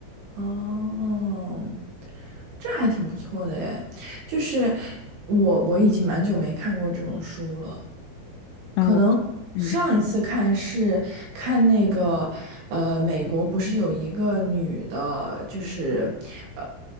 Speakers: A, on the right; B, on the left.
A: 哦，这还挺不错的耶。就是我我已经蛮久没看过这种书了，
B: 然后我
A: 可能上一次看是看那个，
B: 嗯，
A: 呃，美国不是有一个女的，就是呃